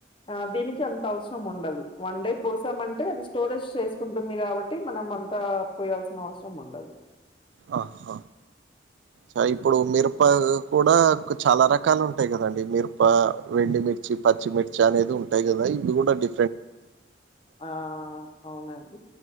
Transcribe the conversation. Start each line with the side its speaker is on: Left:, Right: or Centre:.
Left: ఆ దీనికి అంత అవసరం ఉండదు వన్ డే కోసామంటే అది స్టోరేజ్ చేసుకుంటుంది కాబట్ ట్టి మనం అంతా పోయాల్సిన అవసరం ఉండదు
Right: ఆహా చ ఇప్పుడు మిరప కూడా చాలా రకాలు ఉంటాయి కదండి మిరప ఎండి మిర్ చ్చి పచ్చిమిర్చి అనేది ఉంటాయి కదా ఇవి కూడా డి
Left: ఆ అవునండి